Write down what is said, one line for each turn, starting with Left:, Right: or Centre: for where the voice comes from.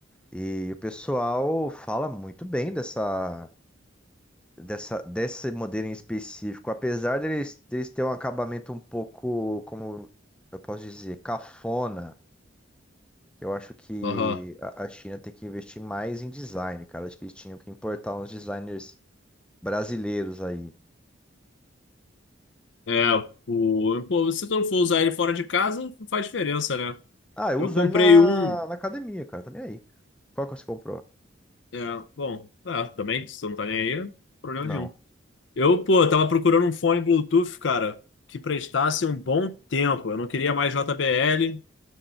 Centre: E o pessoal fala muito bem dessa, dessa, desse modelo em específico, apesar deles, deles terem um acabamento um pouco, como eu posso dizer, cafona, eu acho que
Left: Aham.
Centre: a a China tem que investir mais em design, cara. Acho que eles tinham que importar uns designers brasileiros aí.
Left: É, o... Pô, se tu não for usar ele fora de casa, não faz diferença, né?
Centre: Ah, eu
Left: Eu
Centre: uso
Left: comprei
Centre: ele na,
Left: um...
Centre: na academia, cara, tá nem aí. Qual que você comprou?
Left: É, bom, tá, também, se tu não tá nem aí, problema
Centre: Não.
Left: nenhum. Eu, pô, tava procurando um fone Bluetooth, cara, que prestasse um bom tempo. Eu não queria mais JBL,